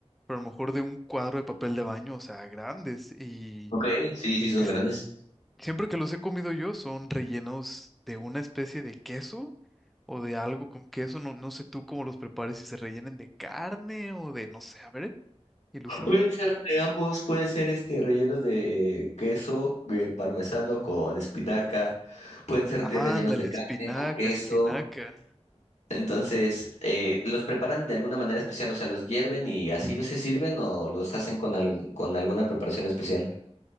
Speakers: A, in the centre; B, on the left.
A: pero a lo mejor de un cuadro de papel de baño, o sea, grandes. Y
B: Ok, sí, sí son
A: que s-
B: grandes.
A: siempre que los he comido yo son rellenos de una especie de queso o de algo con queso. No, no sé tú cómo los prepares, si se rellenen de carne o de, no sé, a ver, ilústrame.
B: Pueden ser de ambos, puede ser este rellenos de queso, de parmesano con espinaca, pueden ser
A: Ándale,
B: de rellenos de carne
A: espinaca,
B: con queso.
A: espinaca.
B: Entonces, eh, los preparan de alguna manera especial, o sea, los hierven y así se sirven o los hacen con al- con alguna preparación especial.